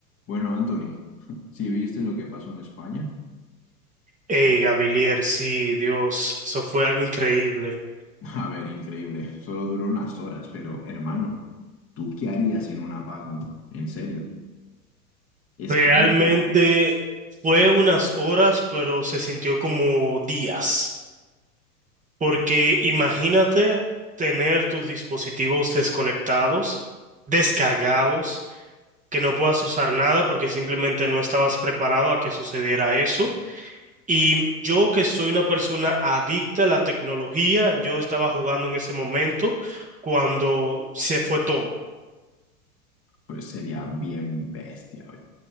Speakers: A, on the left; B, on the right.
A: Bueno, Anthony, <laughs> si viste lo que pasó en España?
B: Hey, Gavilier, sí, Dios, eso fue algo increíble.
A: <laughs> A ver, increíble. Solo duró unas horas, pero hermano, ¿tú qué harías en un apagón? En serio, es
B: Realmente
A: heavy. tío.
B: fue unas horas, pero se sintió como días. Porque imagínate tener tus dispositivos desconectados, descargados, que no puedas usar nada porque simplemente no estabas preparado a que sucediera eso. Y yo que soy una persona adicta a la tecnología, yo estaba jugando en ese momento cuando se fue todo.
A: Pues sería bien bestia, güey.